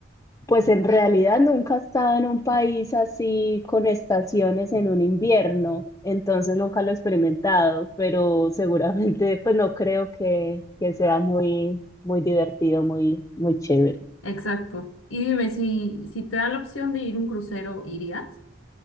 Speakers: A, on the left; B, on the left.
A: Pues en realidad nunca he estado en un país así con estaciones en un invierno, entonces nunca lo he experimentado, pero seguramente pues no creo que, que sea muy, muy divertido, muy, muy chévere.
B: Exacto. Y dime, si, si te dan la opción de ir a un crucero, ¿irías?